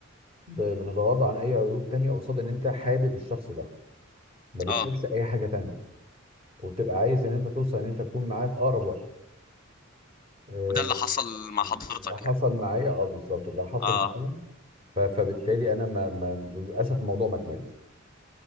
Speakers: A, on the right (about 30°); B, on the left (about 20°).
A: ب- بتتغاضى عن اي عيوب تانية قصاد ان انت حابب الشخص ده ما بتشوفش
B: اه
A: اي حاجه تانية وبتبقى عايز ان انت توصل ان انت تكون معاه في اقرب وقت آه،
B: وده اللي حصل مع حضرتك
A: ده حصل
B: يعني
A: معايا اه بالظبط ده حصل
B: اه
A: معايا ف- فبالتالي انا ما ما للاسف الموضوع ما كملش